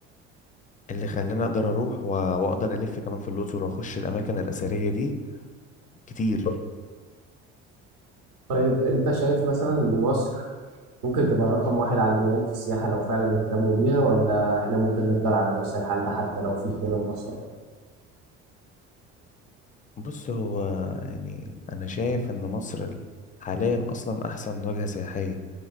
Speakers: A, on the left; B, on the right.
A: اللي خلاني أقدر أروح و... وأقدر ألف كمان في الأقصر وأخش الأماكن الأثرية دي كتير
B: طيب انت شايف مثلا ان مصر ممكن تبقى رقم واحد عالميا في السياحه لو فعلا اهتموا بيها ولا احنا ممكن نفضل على نفس الحال ده حتى لو في اهتمام اصلا
A: بص هو يعني انا شايف ان مصر ال- حاليا اصلا احسن وجهة سياحية